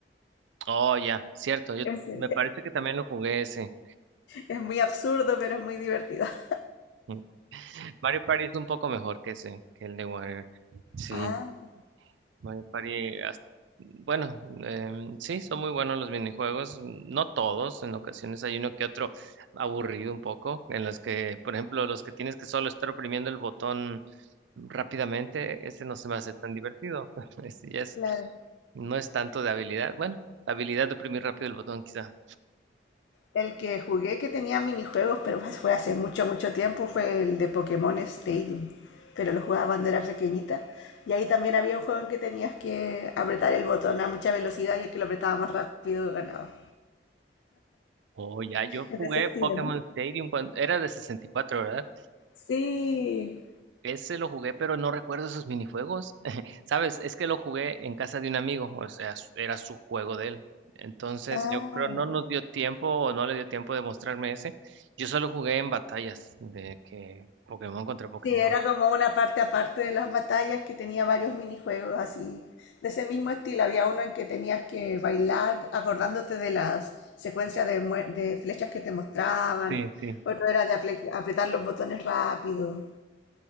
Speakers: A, on the right; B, on the left.
A: Oh, ya, cierto, yo
B: Ese,
A: me parece que también lo jugué ese.
B: Es muy absurdo, pero es muy divertido. <laughs>
A: Mm. Mario Party es un poco mejor que ese, que el de Warrior. Sí.
B: Ah,
A: Mario Party, hasta- bueno, em, sí, son muy buenos los minijuegos, no todos, en ocasiones hay uno que otro aburrido un poco, en los que, por ejemplo, los que tienes que solo estar oprimiendo el botón rápidamente, ese no se me hace tan divertido, <laughs> ese ya es,
B: claro.
A: no es tanto de habilidad, bueno, habilidad de oprimir rápido el botón quizá.
B: El que jugué que tenía minijuegos, pero fue hace mucho, mucho tiempo, fue el de Pokémon Stadium. Pero lo jugaba cuando era pequeñita. Y ahí también había un juego en que tenías que apretar el botón a mucha velocidad y el que lo apretaba más rápido ganaba.
A: Oh, ya, yo
B: Es
A: jugué
B: de ese estilo,
A: Pokémon
B: ¿no?
A: Stadium cuando era de sesenta y cuatro ¿verdad?
B: Sí.
A: Ese lo jugué, pero no recuerdo esos minijuegos. <laughs> ¿Sabes? Es que lo jugué en casa de un amigo, o sea, su- era su juego de él. Entonces,
B: Ah,
A: yo creo no nos dio tiempo o no le dio tiempo de mostrarme ese. Yo solo jugué en batallas de que Pokémon contra Pokémon.
B: Sí, era como una parte aparte de las batallas que tenía varios minijuegos así, de ese mismo estilo. Había uno en que tenías que bailar acordándote de las secuencias de, mue- de flechas que te mostraban.
A: Sí, sí.
B: Otro era de aple- apretar los botones rápido.